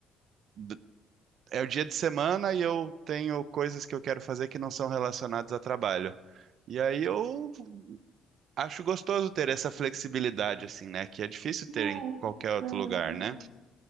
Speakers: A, on the right; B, on the right.
A: d- é o dia de semana e eu tenho coisas que eu quero fazer que não são relacionadas a trabalho. E aí eu acho gostoso ter essa flexibilidade, assim, né? Que é difícil ter
B: É,
A: em qualquer outro
B: ah,
A: lugar,
B: legal.
A: né?